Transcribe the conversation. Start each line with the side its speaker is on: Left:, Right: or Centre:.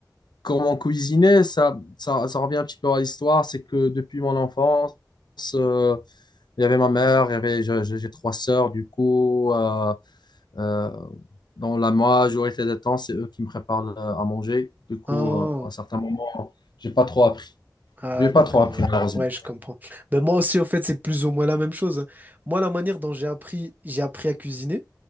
Left: comment cuisiner, ça, ça, ça revient un petit peu à l'histoire. C'est que depuis mon enfance, euh, il y avait ma mère, il y avait, je- je- j'ai trois sœurs, du coup. euh, euh, dans la majorité des temps, c'est eux qui me préparent le- à manger. Du coup,
Right: Ah.
Left: euh, à certains moments, j'ai pas trop appris.
Right: Ah,
Left: J'ai pas
Right: d'accord,
Left: trop appris,
Right: ouais.
Left: malheureusement.
Right: Ouais, je comprends. Ben moi aussi, au fait, c'est plus ou moins la même chose. hein. Moi, la manière dont j'ai appris, j'ai appris à cuisiner,